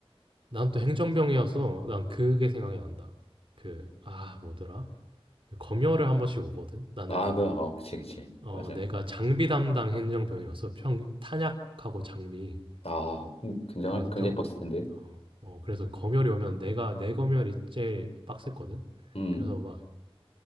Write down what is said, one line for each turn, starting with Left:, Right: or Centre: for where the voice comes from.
Right: 난 또 행정병이어서 난 그게 생각이 난다. 그, 아, 뭐더라? 그 검열을 한 번씩 오거든? 나는,
Left: 그 어 그치 그치
Right: 어,
Left: 맞아
Right: 내가 장비 담당 행정병이어서 평, 탄약하고 장비.
Left: 아 음, 굉장히
Right: 그래서
Left: 굉장히
Right: 병,
Left: 빡셌 텐데
Right: 어, 어, 그래서 검열이 오면 내가, 내 검열이 제일 빡셌거든?
Left: 음
Right: 그래서 막